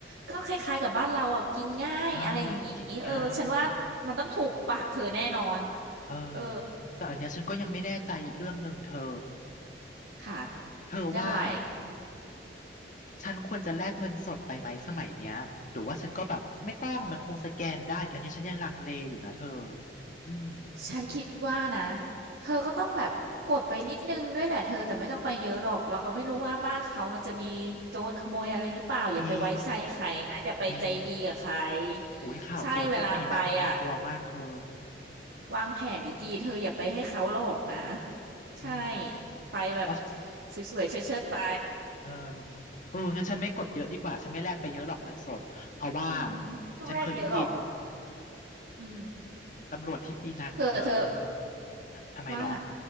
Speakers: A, on the right (about 80°); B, on the left (about 45°).
A: ก็คล้ายๆกับบ้านเราอ่ะกินง่ายอะไรอย่างงี้เออฉันว่ามันต้องถูกปากเธอแน่นอน
B: อ่ากินง่ายอืม เออ
A: เออ
B: แต่อันเนี้ยฉันก็ยังไม่แน่ใจอีกเรื่องหนึ่งเธอ
A: ค่ะ
B: เธอว่า
A: เรื่องอะไร
B: ฉันควรจะแลกเงินสดไปไหมสมัยเนี้ยหรือว่าฉันก็แบบไม่ต้องมันคงสแกนได้อันเนี้ยฉันยังลังเลอยู่นะเธออืม
A: ฉันคิดว่านะเธอก็ต้องแบบกดไปนิดนึงด้วยแหละเธอแต่ไม่ต้องไปเยอะหรอกเราไม่รู้ว่าบ้านเขามันจะมีโจรขโมยอะไรหรือเปล่าอย่าไปไว้ใจใครนะอย่าไปใจดีกับใคร
B: มีมีโอ้ยข่าวโจรที่ปีนังน่ากลัวมากเธอ
A: ใช่เวลาไปอ่ะ วางแผนดีๆ เธออย่าไปให้เขาหลอกนะใช่
B: อืม
A: ไปแบบ
B: เพราะ
A: สวยๆเชิดๆไป
B: เออเอองั้นฉันไม่กดเยอะดีกว่าฉันไม่แลกไปเยอะหรอกเงินสดเพราะว่า
A: อืมช้วงแรกเยอะหรอก
B: ฉันเคยได้ยิน
A: อืม
B: อืมตำรวจที่ปีนังเธอ
A: เผื่อเธอ
B: ทำทำไมเหรอ
A: ว่า